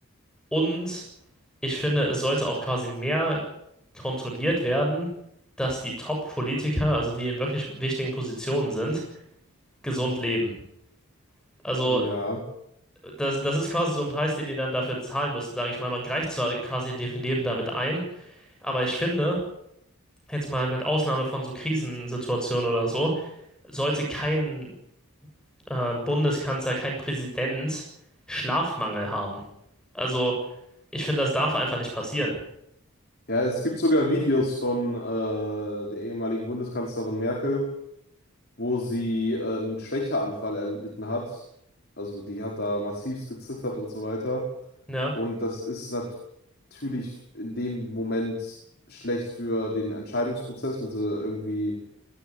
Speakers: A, in the centre; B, on the left (about 45°).
A: Und ich finde, es sollte auch quasi mehr kontrolliert werden, dass die Top-Politiker, also die in wirklich wichtigen Positionen sind, gesund leben. Also
B: ja.
A: das, das ist quasi so ein Preis, den die dann dafür zahlen müssen, sage ich mal. Man greift zwar quasi in deren Leben damit ein, aber ich finde, jetzt mal mit Ausnahme von so Krisensituationen oder so, sollte kein äh, Bundeskanzler, kein Präsident Schlafmangel haben. Also ich finde, das darf einfach nicht passieren.
B: Ja, es gibt sogar Videos von äh, der ehemaligen Bundeskanzlerin Merkel wo sie äh, einen Schwächeanfall erlitten hat. Also die hat da massivst gezittert und so weiter.
A: Ja,
B: Und das ist nat- natürlich in dem Moment schlecht für den Entscheidungsprozess, wenn sie irgendwie